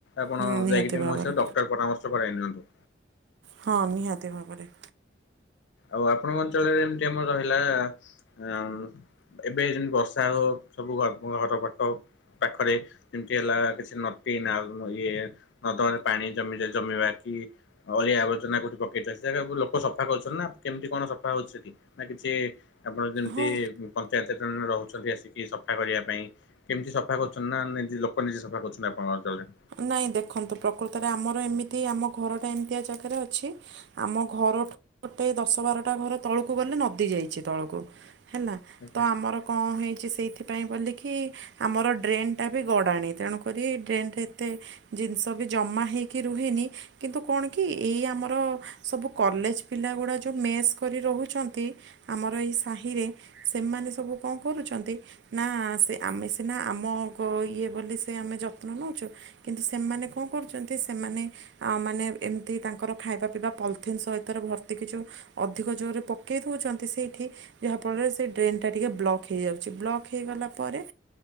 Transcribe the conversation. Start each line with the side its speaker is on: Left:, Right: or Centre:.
Left: ଆପଣ
Right: ହୁଁ ନିହାତି
Left: ଯାଇକି ଟିକେ
Right: ଭାବରେ
Left: ମୋ ହିସାବ ଡ଼ ପରାମର୍ଶ କରାଇ ନିଅନ୍ତୁ।
Right: ହଁ ନିହାତି ଭାବରେ।
Left: ଆଉ ଆପଣଙ୍କ ଅଞ୍ଚଳରେ ଏମିତି ଆମର ରହିଲା ଆ ଏବେ ଯେମିତି ବର୍ଷା ହଉ ସବୁ ଘର <unintelligible> ବାଟ ପାଖରେ ଯେମିତି ହେଲା କିଛି ନଟି ନାଲ ଇଏ ନଦମାରେ ପାଣି ଜମିଜା ଜମିବା କି? ଅଳିଆ ଆବର୍ଜନା କୋଠି ପକେଇଥ ସେରାଗୁ ଲୋକ ସଫା କରୁଛ ନା କେମିତି କଣ ସଫା ହେଉଛି ସେଠି ନା କିଛି ଆପଣ ଯେମିତି
Right: ହଁ
Left: ପଞ୍ଚାୟତରେ ଜଣେ ଜଣେ ରହୁଛନ୍ତି ଆସିକି ସଫା କରିବା ପାଇଁ। କେମିତି ସଫା କରୁଛନ୍ତି ନା ନିଜ ଲୋକ ନିଜେ ସଫା କରୁଛନ୍ତି ଆପଣଙ୍କ ଅଞ୍ଚଳରେ?
Right: ନାଇଁ ଦେଖନ୍ତୁ ପ୍ରକୃତରେ ଆମର ଏମିତି ଆମ ଘରଟା ଏମିତିଆ ଜାଗାରେ ଅଛି। ଆମ ଘରଠୁ ଗୋଟେ ଦଶ ବାରଟା ଘର ତଳକୁ ଗଲେ ନଦୀ ଯାଇଛି ତଳକୁ। ହେଲା ତ
Left: ଆଜ୍ଞା
Right: ଆମର କଣ ହେଇଛି ସେଇଥିପାଇଁ ବୋଲିକି ଆମର ଡ୍ରେନ୍ ଟା ବି ଗଡ଼ାଣି ତେଣୁକରି ଡ୍ରେନଟେ ଏତେ ଜିନିଷ ବି ଜମା ହେଇକି ରୁହେନି କିନ୍ତୁ କଣ କି ଏଇ ଆମର ସବୁ କଲେଜ ପିଲ ଗୁଡ଼ା ଯେଉ ମେସ୍ କରି ରହୁଛନ୍ତି ଆମର ଏଇ ସାହିରେ ସେମାନେ ସବୁ କଣ କରୁଛନ୍ତି? ନା ସେ ଆମେ ସିନା ଆମ ଗ ଇଏ ବୋଲି ସେ ଆମେ ଯତ୍ନ ନେଉଛୁ। କିନ୍ତୁ ସେମାନେ କଣ କରୁଛନ୍ତି ସେମାନେ ଆମାନେ ଏମିତି ତାଙ୍କର ଖାଇବା ପିଇବା ପଲିଥିନ୍ ସହିତରେ ଭର୍ତ୍ତି କିଛି ଓ ଅଧିକ ଜୋରରେ ପକେଇ ଦେଉଛନ୍ତି ସେଇଠି। ଯାହାଫଳରେ ସେଇ ଡ୍ରେନଟା ଟିକେ ବ୍ଲକ୍ ହେଇଯାଉଛି। ବ୍ଲକ୍ ହେଇଗଲା ପରେ